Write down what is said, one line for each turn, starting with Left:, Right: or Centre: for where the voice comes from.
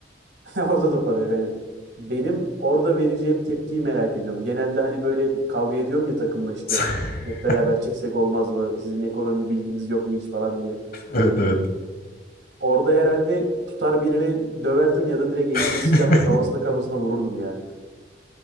Right: <laughs> Orada da para yok aynen. Benim orada vereceğim tepkiyi merak ediyorum. Genelde hani böyle kavga ediyorum ya takımla işte
Left: <laughs>
Right: hep beraber çeksek olmaz mı? Sizin ekonomi bilginiz yok mu hiç falan diye.
Left: Evet evet.
Right: Orada herhalde tutar birini döverdim ya da direkt elimdeki
Left: <laughs>
Right: silahla kafasına kafasına vururdum ya.